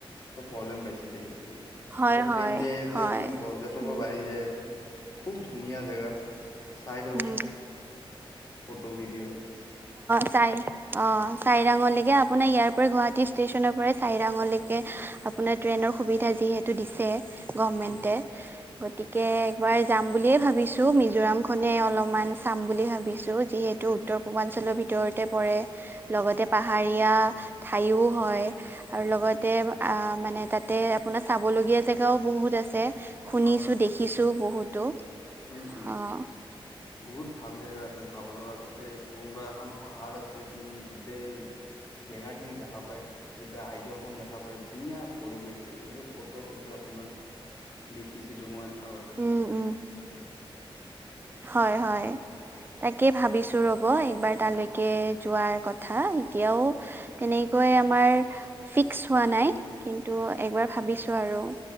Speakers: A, on the left; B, on the right.
A: তো প্ৰব্লেম পাইছিলে সে টো এনে।
B: হয়,
A: এতিয়া
B: হয়,
A: ট্ৰেইন যাই আছে, সেইকাৰণে
B: হয়,
A: পৰ্যটকো
B: উম,
A: বাঢ়ি যাই আছে। খুব ধুনীয়া জেগা চাই থাকোঁ
B: উম,
A: ফটো ভিডিঅ'ত।
B: চ অ চাইিৰাঙলেকে আপোনাৰ ইয়াৰ পৰা গুৱাহাটী ষ্টেচনৰ পৰা চাইিৰাঙলেকে আপোনাৰ ট্ৰেইনৰ সুবিধা যিহেতু দিছে গভমেন্টে
A: উম
B: গতিকে একবাৰ যাম বুলিয়ে ভাবিছো মিজোৰাম খনে অলপমান চাম বুলি ভাবিছো, যিহেতু উত্তৰ পূৰ্বাঞ্চলৰ ভিতৰতে পৰে, লগতে পাহাৰীয়া ঠাইও হয় আৰু লগ লগতে আ- মানে তাতে আপোনাৰ চাবলগীয়া জেগাও বহুত আছে। শুনিছোঁ
A: হয় হয়
B: দেখিছোঁ বহুতো।
A: উম - উম।
B: অ',
A: বহুত ভাল জেগা আছে চাব লগা। তাতে কোনোবা এখন পাহাৰ আছে, কি গোটেই জেগাখিনি দেখা পায়। গোটেই আইজলখন দেখা পায়। ধুনীয়া পৰিৱেশ, এনেকে ফটো চাইছে আপোনাৰ, দেখিছিলোঁ মই আগতে।
B: উম, উম। হয় - হয়। তাকে ভাবিছোঁ ৰ'ব, একবাৰ তালৈকে যোৱাৰ কথা। এতিয়াও তেনে গৈ আমাৰ ফিক্স হোৱা নাই। কিন্ত একবাৰ ভাবিছোঁ আৰু।